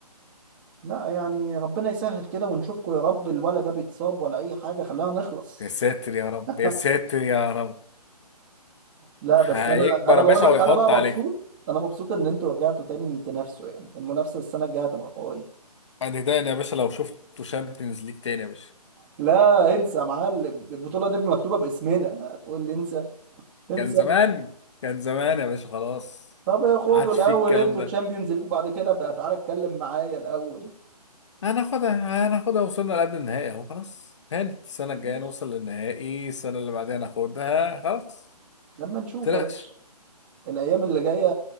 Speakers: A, on the right (about 30°); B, on the left (about 45°).
A: لا يعني ربنا يسهل كده ونشوفكوا يا رب الولا ده بيتصاب ولا اي حاجة خلينا نخلص
B: يا ساتر يا رب
A: <laughs>
B: يا ساتر يا رب
A: لا بس
B: هيكبر
A: انا انا
B: يا
A: بقول
B: باشا
A: لك
B: ويحط
A: انا بقى مبسوط
B: عليك
A: انا مبسوط ان انتوا رجعتوا تاني تنافسوا يعني المنافسة السنة الجاية هتبقى قوية
B: هتداني يا باشا لو شفته شامبيونز ليج تاني يا باشا
A: لا انسى يا معلم البطولة دي مكتوبة باسمنا هتقول لي انسى انسى
B: كان زمان
A: انت
B: كان زمان يا باشا خلاص
A: طب خدوا
B: ما عادش
A: الاول
B: فيه الكلام
A: انتوا
B: ده
A: تشامبيونز ليج وبعد كده بقى تعالى اتكلم معايا الاول
B: هناخدها هناخدها وصلنا لقبل النهائي اهو خلاص هانت السنة الجاية
A: ماشي
B: نوصل للنهائي السنة اللي بعدها ناخدها خلاص
A: لما نشوف
B: متقلقش
A: يا باشا الايام اللي جايه